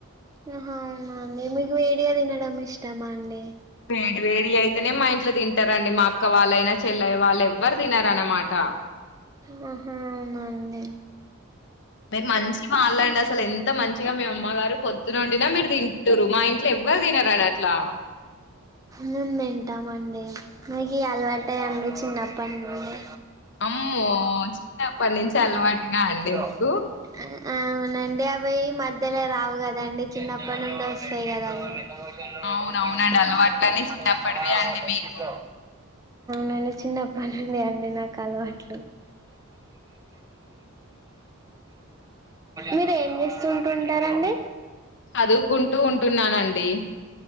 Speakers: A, on the right; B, on the left.
A: ఓహో అవునా అండి మిగు వేడిగా తినడం ఇష్టమా అండి
B: వేడి వేడి అయితేనే మా ఇంట్లో తింటారండి మా అక్క వాళ్ళైనా చెల్లయ్య వాళ్ళు ఎవ్వరు తినారన్నమాట ఆ
A: హా హా అవునండి
B: మీరు మంచ్ వాళ్ళండి అసలు ఎంత మంచిగా మీ అమ్మగారు పొద్దునోండినా మీరు తింటురు మా ఇంట్లో ఎవ్వరు తినరాన్డి అట్లా లా
A: మేము తింటాము అండి మాకు అలవాటండి చిన్నప్పడి నుండి
B: అమ్మో చిన్నప్పటి నుంచి అలవాటేనా అండి
A: ఉ
B: మీకు
A: అవునండి అవి ఈ మధ్యలో రావు కదా అండి చిన్నప్పటి నుండి వస్తాయి కదా అండి ట్యూషన్లు
B: అవునవునండి
A: డోర్ కాటన్ లు
B: అలవాట్లన్నీ చిన్నప్పటివే
A: నవారు
B: అండి
A: బెడ్
B: మీకు
A: షీట్లు
B: <inaudible>
A: అన్ని నాకు చిన్నపుడు నుండి నాకు అలవాట్లు మీరు ఏం చేస్తుంటుంటారండి
B: చదువుకుంటూ ఉంటున్నానండి